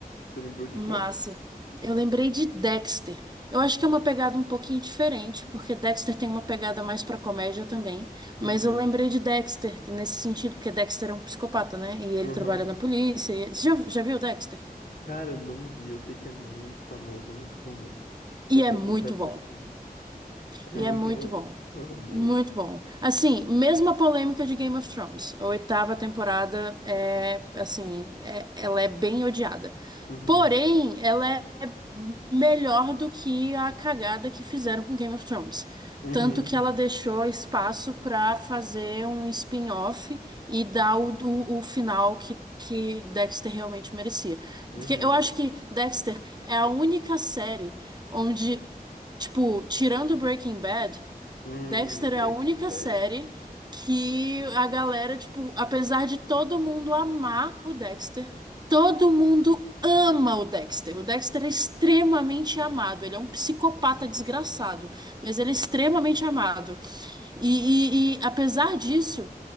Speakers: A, on the left (about 80°); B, on the right (about 25°).
A: Você lembrou de
B: massa.
A: quê?
B: Eu lembrei de Dexter. Eu acho que é uma pegada um pouquinho diferente, porque Dexter tem uma pegada mais pra comédia também. Mas
A: Uhum,
B: eu lembrei de Dexter, que nesse sentido, porque Dexter é um psicopata, né? E ele
A: uhum.
B: trabalha na polícia. e- é, Você já, já viu Dexter?
A: Cara, eu não vi. Eu sei que é muito famoso, muito comum. Só
B: E
A: que
B: é
A: eu
B: muito
A: nunca assisti.
B: bom.
A: <laughs> É
B: E
A: muito
B: é muito
A: bom.
B: bom.
A: Uhum, boa.
B: Muito bom. Assim, mesma polêmica de Game of Thrones. A oitava temporada é, assim, é- ela é bem odiada.
A: Uhum,
B: Porém, ela é melhor do que a cagada que fizeram com Game of Thrones.
A: uhum,
B: Tanto que ela deixou espaço pra fazer um spin-off e dar o, o, o final que, que Dexter realmente merecia.
A: uhum.
B: Porque eu acho que Dexter é a única série onde, tipo, tirando Breaking Bad.
A: Hum,
B: Dexter
A: Breaking
B: é a única
A: Bad.
B: série que a galera, tipo, apesar de todo mundo amar o Dexter, todo mundo ama o Dexter. O Dexter é extremamente amado. Ele é um psicopata desgraçado, mas ele é extremamente amado. E, e- e, apesar disso.